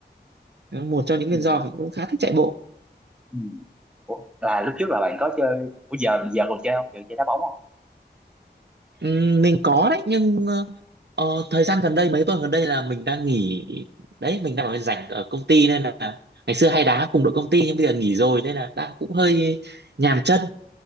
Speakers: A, on the right (about 70°); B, in the centre.
A: Đó là một trong những nguyên
B: ừ,
A: do mình cũng khá thích chạy bộ
B: ừ. Ủa, là lúc trước là bạn có chơi Ủa giờ giờ còn chơi không giờ chơi đá bóng không
A: Ừm, mình có đấy nhưng ờ, ờ, thời gian gần đây mấy tuần gần đây là mình đang nghỉ đấy mình đang ở rảnh ở công ty nên là ngày xưa hay đá cùng đội công ty nhưng bây giờ nghỉ rồi nên là đang cũng hơi nhàm chân